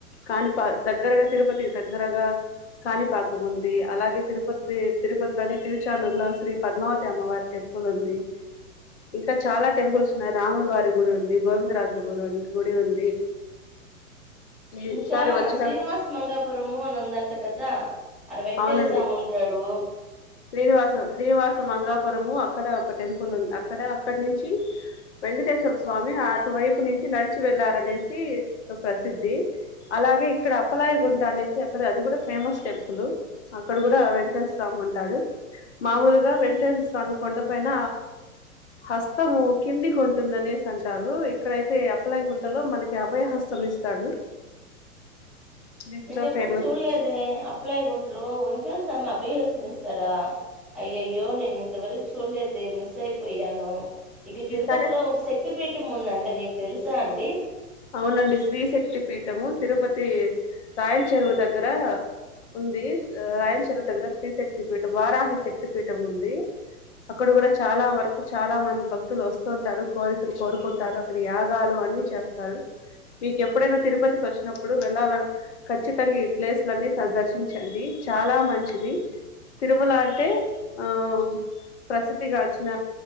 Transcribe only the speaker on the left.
కాణిపా దగ్గరగా తిరుపతికి దగ్గరగా కాణిపాకం ఉంది అలాగే తిరుపతి తిరుపతిలోని తిరుచానూరులో శ్రీ పద్మావతి అమ్మవారి టెంపుల్ ఉంది ఇంకా చాలా టెంపుల్స్ ఉన్నాయి రాములు వారి గుడి ఉంది గోవిందరాజుల గుడి గుడి ఉంది మీసారి
వచ్చిన
అవునండి
శ్రీనివాసం శ్రీనివాస మంగాపురము అక్కడ ఒక టెంపుల్ ఉంది అక్కడ అక్కడ నుంచి వెంకటేశ్వర స్వామి అటువైపు నుంచి నడిచి వెళ్లారనేసి ప్రసిద్ధి అలాగే ఇక్కడ అప్పలాయి గుంట అనేసి అక్కడ అది కూడా ఫేమస్ టెంపుల్ అక్కడ కూడా వెంకటేశ్వర స్వామి ఉం టాడు మామూలుగా వెంకటేశ్వర స్వామి కొండ పైన హస్తము కింది కొంటుందనేసి అంటారు ఇక్కడైతే అప్పలాయకుంటలో మనకి అభయ హస్తం ఇస్తాడు ఇక్కడో
ఫేమస్
ఈసారి
అవునండి శ్రీశక్తి పీఠము తిరుపతి రాయలచరువు దగ్గర ఉంది రాయలచరువు దగ్గర శ్రీశక్తి పీఠం వారాహి శక్తి పీఠం ఉంది అక్కడ కూడా చాలా వరకు చాలా మంది భక్తులు వస్తుంటారు కోరికలు కోరుకుంటారు అక్కడ యాగాలు అన్ని చేస్త కల్ మీక్ ఎప్పుడైన తిరుపతికి ఒచ్చినప్పుడు వెళ్ళాలన్ ఖచ్చితంగ్ ఈ ప్లేస్లన్నీ సర్ దర్శించండి చాలా మంచిది తిరుమల అంటే ఆ ప్రసిద్ధిగాంచిన